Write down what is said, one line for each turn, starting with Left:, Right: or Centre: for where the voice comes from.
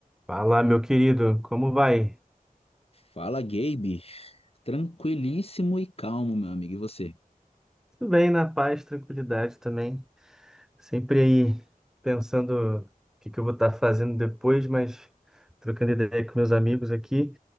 Centre: Fala, meu querido, como vai?
Left: Fala, Gabe. Tranquilíssimo e calmo, meu amigo. E você?
Centre: Tudo bem, na paz, tranquilidade também. Sempre aí pensando o que que eu vou estar fazendo depois, mas trocando ideia com meus amigos aqui.